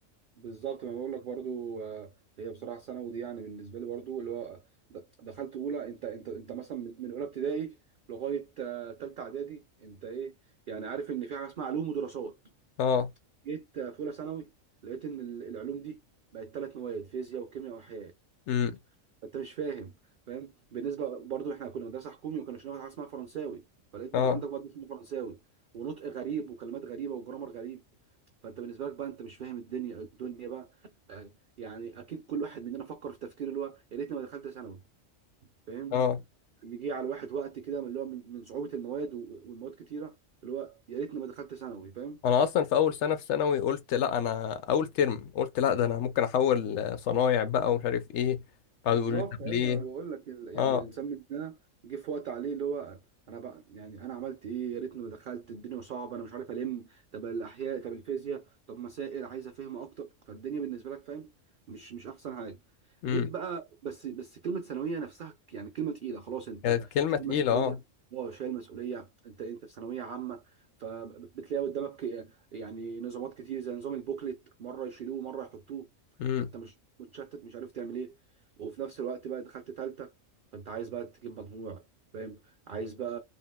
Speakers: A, on the right; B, on the left.
A: بالظبط ما بقول لك برضو آه، هي بصراحه ثانوي دي يعني بالنسبه لي برضو اللي هو د- دخلت اولى انت انت انت مثلا من من اولى ابتدائي لغايه آه، تالته اعدادي انت ايه يعني عارف ان في حاجه اسمها علوم ودراسات
B: اه
A: جيت آه، في اولى ثانوي لقيت ان ال- العلوم دي بقت ثلاث مواد فيزياء وكيمياء واحياء
B: امم
A: انت مش فاهم فاهم بالنسبه برضو احنا كنا مدرسه حكومي وكنا بناخد حاجه اسمها فرنساوي فلقيت بقى
B: اه
A: عندك برضه اسمه فرنساوي ونطق غريب وكلمات غريبه وجرامر غريب فانت بالنسبه لك بقى انت مش فاهم الدنيا الدنيا بقى آه، يعني اكيد كل واحد مننا فكر في تفكير اللي هو يا ريتني ما دخلت ثانوي فاهم
B: اه
A: اللي جه على الواحد وقت كده من اللي هو من من صعوبه المواد و- والمواد كتيره اللي هو يا ريتني ما دخلت ثانوي فاهم
B: انا اصلا في اول سنه في ثانوي قلت لا انا اول ترم قلت لا ده انا ممكن احول آه، صنايع بقى ومش عارف ايه
A: بالظبط
B: قعدوا يقولوا لي طب
A: ايوه
B: ليه
A: ما انا بقول لك ال-
B: اه
A: يعني الانسان من ده جه في وقت عليه اللي هو انا بقى يعني انا عملت ايه يا ريتني ما دخلت الدنيا صعبه انا مش عارف الم طب الاحياء طب الفيزياء طب مسائل عايز افهم اكتر فالدنيا بالنسبه لك فاهم مش مش احسن حاجه
B: امم
A: جيت بقى بس بس كلمه ثانويه نفسها يعني كلمه تقيله خلاص انت
B: كانت كلمه
A: شايل
B: تقيله
A: مسؤوليه
B: اه
A: اه شايل مسؤوليه انت انت في ثانويه عامه فبتلاقي قدامك يعني نظامات كتير زي نظام البوكلت مره يشيلوه مره يحطوه
B: امم
A: فانت مش متشتت مش عارف تعمل ايه وفي نفس الوقت بقى دخلت تالتة فانت عايز بقى تجيب مجموع فاهم عايز بقى